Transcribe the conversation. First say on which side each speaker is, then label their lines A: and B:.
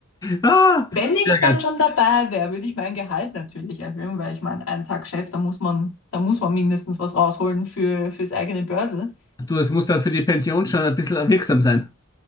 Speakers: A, on the left; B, on the left.
A: Ah,
B: Wenn ich
A: sehr geil.
B: dann schon dabei wäre, würde ich mein Gehalt natürlich erhöhen, weil ich meine, einen Tag Chef, da muss man, da muss man mindestens was rausholen für, fürs eigene Börsel.
A: Du, es muss dann für die Pension schon ein bisschen wirksam sein.